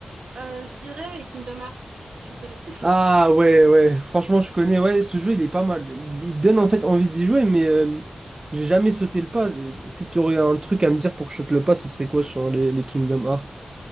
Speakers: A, on the right (about 75°); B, on the right (about 30°).
A: Euh, je dirais Kingdom Hearts, si tu connais.
B: Ah ouais, ouais, franchement, je connais, ouais, ce jeu, il est pas mal. Il, il donne en fait envie d'y jouer, mais euh, j'ai jamais sauté le pas. Si tu aurais un truc à me dire pour que je saute le pas, ce serait quoi sur les, les Kingdom Hearts?